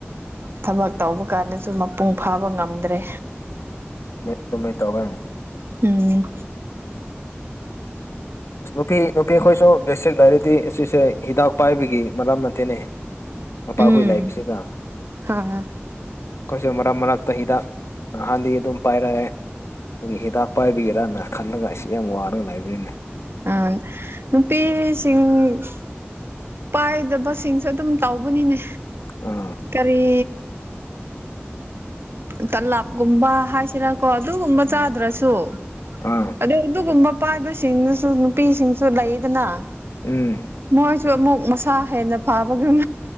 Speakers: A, on the right (about 60°); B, on the left (about 85°).
A: ꯊꯕꯛ ꯇꯧꯕ ꯀꯥꯟꯗꯁꯨ ꯃꯄꯨꯡ ꯐꯥꯕ ꯉꯝꯗ꯭ꯔꯦ
B: ꯎꯝ ꯑꯗꯨꯃꯥꯏꯅ ꯇꯧꯔꯦ
A: ꯎꯝ
B: ꯅꯨꯄꯤ ꯅꯨꯄꯤ ꯑꯩꯈꯣꯏꯁꯨ ꯗꯤꯁꯇ꯭ꯔꯤꯛ ꯂꯥꯏꯔꯤꯇꯤ ꯑꯁꯤꯁꯦ ꯍꯤꯗꯥꯛ ꯄꯥꯏꯕꯒꯤ ꯃꯔꯝꯅ ꯠꯇꯦꯅꯦ ꯃꯄꯥꯈꯣꯏ
A: ꯎꯝ
B: ꯂꯥꯛꯄꯁꯤꯒ
A: ꯍꯣꯏ
B: ꯀꯣꯏꯁ ꯃꯔꯛ ꯃꯔꯛꯇ ꯍꯤꯗ ꯅꯍꯥꯟꯗꯤ ꯑꯗꯨꯝ ꯄꯥꯏꯔꯛꯑꯦ ꯑꯗꯨꯒꯤ ꯍꯤꯗꯥꯛ ꯄꯥꯏꯕꯤꯒꯦꯔꯅ ꯈꯜꯂꯒ ꯑꯩꯁꯤ ꯌꯥꯝ ꯋꯥꯔꯒ ꯂꯩꯥꯏꯕꯅꯤꯅꯦ
A: ꯑ ꯅꯨꯄꯤꯁꯤꯡ ꯄꯥꯏꯗꯕꯁꯤꯡꯁꯨ ꯑꯗꯨꯝ ꯇꯧꯕꯅꯤꯅꯦ
B: ꯑ
A: ꯀꯔꯤ ꯇꯂꯥꯞꯀꯨꯝꯕ ꯍꯥꯏꯁꯤꯔꯥ ꯀꯣ ꯑꯗꯨꯒꯨꯝꯕ
B: ꯎꯝ
A: ꯆꯥꯗ꯭ꯔꯁꯨ
B: ꯑꯥ
A: ꯑꯗꯣ ꯑꯗꯨꯒꯨꯝꯕ ꯅꯨꯄꯥꯥꯏꯕꯁꯤꯡꯗꯨꯁꯨ ꯅꯨꯄꯤꯁꯤꯡꯁꯨ ꯂꯩꯗꯅ
B: ꯎꯝ
A: ꯃꯣꯏꯁꯨ ꯑꯃꯨꯛ ꯃꯁꯥ ꯍꯦꯟꯅ ꯐꯥꯕꯒꯨꯝ